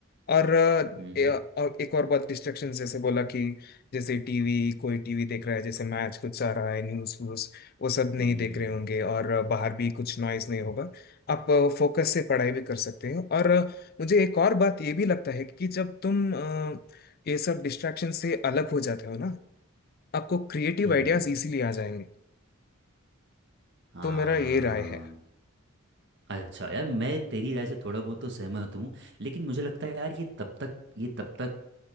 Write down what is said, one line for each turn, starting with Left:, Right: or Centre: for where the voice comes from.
Left: और अ,
Right: हम्म
Left: ए- और एक और बहुत डिस्ट्रेक्शन जैसे बोला कि जैसे टीवी कोई टीवी देख रहा है जैसे मैच कुछ आ रहा है न्यूज़ व्यूज वो सब नहीं
Right: हम्म
Left: देख रहे होंगे और अ, बाहर भी कुछ नॉइज नहीं होगा आप फोकस से पढ़ाई भी कर सकते हो और अ, मुझे एक और बात ये भी लगता है कि जब तुम अ, ये सब डिस्ट्रैक्शन से अलग हो जाते हो ना आपको क्रिएटिव
Right: हम्म
Left: आइडियाज
Right: हम्म,
Left: इजीली आ जाएंगे
Right: हाँ
Left: तो मेरा ये राय है
Right: अच्छा यार मैं तेरी राय से थोड़ा बहुत तो सहमत हूँ लेकिन मुझे लगता है यार ये तब तक ये तब तक